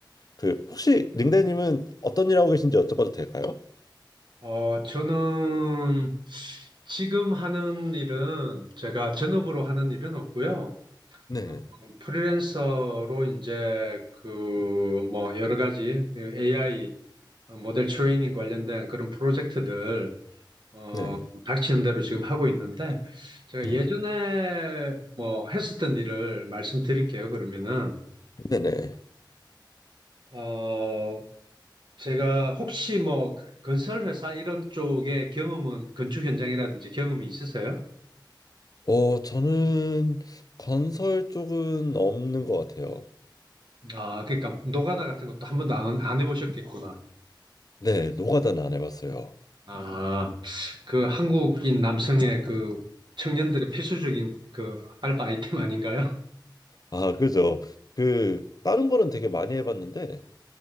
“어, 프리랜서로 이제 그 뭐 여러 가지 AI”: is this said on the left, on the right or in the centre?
Right